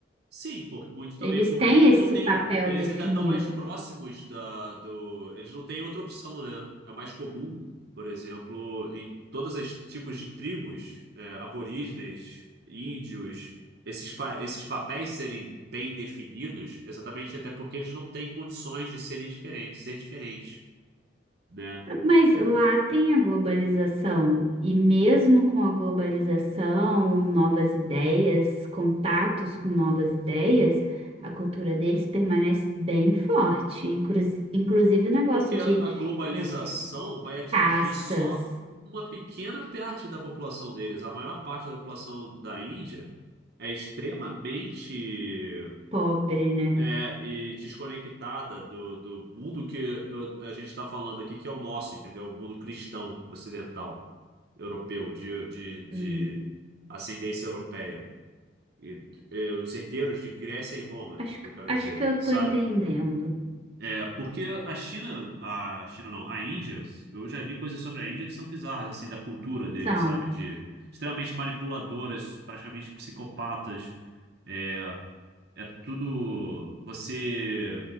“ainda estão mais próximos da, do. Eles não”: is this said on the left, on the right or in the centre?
Right